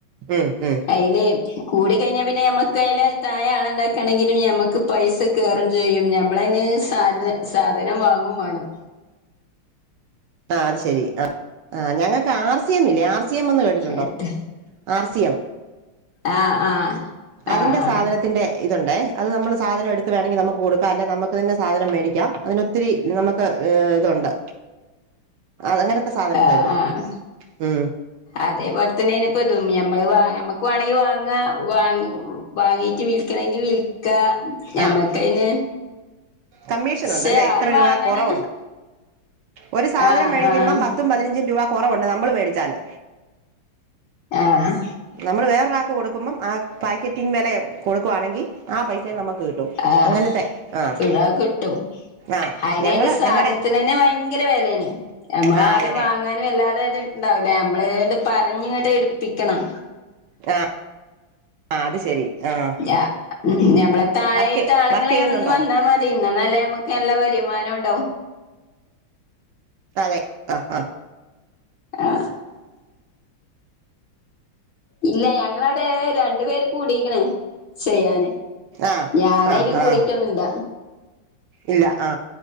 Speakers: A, on the right (about 70°); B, on the left (about 65°).
A: ഉം ഉം
B: അയില് കൂടി കഴിഞ്ഞാ പിന്നെ ഞമ്മക്ക് അയില താഴെ ആളണ്ടാക് ക്കാണെങ്കിലും ഞമക്ക് പൈസ കേറും ചെയ്യും ഞാ ഞമ്മളയ്ന് സാന് സാധനം വാങ്ങും വാണം
A: അത് ശരി ആഹ് ആഹ് ഞങ്ങക്ക് ആർ സി എംല്ലേ ആ സിയമെന്ന് കേട്ടിട്ടുണ്ടോ?
B: എട്ട്
A: ആർ സി എം
B: ആഹ് ആഹ്
A: അതിന്റെ
B: ആഹ് ആഹ്
A: സാധനത്തിന്റെ ഇതുണ്ടെ അത് നമ്മള് സാധനം എടുത്ത് വേണങ്കിൽ നമുക്ക് കൊടുക്കാം അല്ലെ നമ്മുക്ക് തന്നെ സാധനം മേടിക്കാം അതിന് ഒത്തിരി നമ്മുക്ക് ഏ ഇതുണ്ട് അത് അങ്ങനത്തെ സാധനങ്ങളേ
B: ആഹ്
A: ഉള്ളൂ
B: ആഹ്
A: ഉം
B: അതേപോലെ തന്നെ ഇനിപ്പതും ഞമ്മള് വാ ഞമ്മക്ക് വാണെങ്കി വാങ്ങാ വാങ്ങ വാങ്ങീട്ട് വിൽക്കണങ്കിൽ വിൽ ക്ക ഞമ്മക്കയ്ന്ന്
A: ആഹ് കമ്മീഷൻ
B: ക്ഷെ
A: ഉണ്ടല്ലേ
B: ആരും
A: ഇത്ര രൂപ
B: വാങ്ങാനൊന്നും
A: കുറവുണ്ട് ഒരു സാധനം
B: ആഹ്
A: മേഴിക്കുമ്പം
B: ആഹ്
A: പത്തും പതിനഞ്ചും രൂപ കൊറവുണ്ട് നമ്മള് മേടിച്ചാല്
B: ആഹ്
A: നമ്മള് വേറെ ഒരാക്ക് കൊടുക്കുമ്പം ആ പാക്കറ്റിഗ് വെല കൊടുക്കുവാണെങ്കി ആ പൈസയും നമുക്ക് കിട്ടും
B: ആഹ്
A: അങ്ങനത്തെ ആഹ്
B: പിഴ കിട്ടും
A: ആഹ്
B: അയ്ന്
A: ഞങ്ങള്
B: അയ്ന്റെ സാധനത്തിന്
A: ഞങ്ങടെ
B: തന്നെ ഭയങ്കര വെലയാണെയ് നമ്മൾ
A: ആഹ്
B: ആരും
A: അതെല്ലേ
B: വാങ്ങാനും വല്ലാതെ ഇത് ഇണ്ടാവില്ലേ നമ്മള് ഏതാണ്ട് പറഞ്ഞ് ഇങ്ങോട്ട് എടു പ്പിക്കണം
A: ആ ആ അത് ശരി ആഹ്
B: ഞാ ഞമ്മളെ താഴെയായിട്ട്
A: വർക്ക്
B: ആളുങ്ങളെ
A: വർക്ക് ചെയ്യുന്നുണ്ടോ
B: ഒന്ന് വന്നാ മതി എന്നാലല്ലേ നമ്മുക്ക് നല്ല വരുമാനം ഉണ്ടാവു
A: അതെ അ അ
B: ആ ഇല്ല ഞങ്ങളവിടെ രണ്ടു പേര് കൂടി ങ്ങനെ ചെയ്യാന്
A: ആഹ്
B: ഞാൻ
A: ആഹ്
B: അയ്ല് കൂടിയിട്ടൊന്നുല്ല
A: ആഹ് ഇല്ല ആ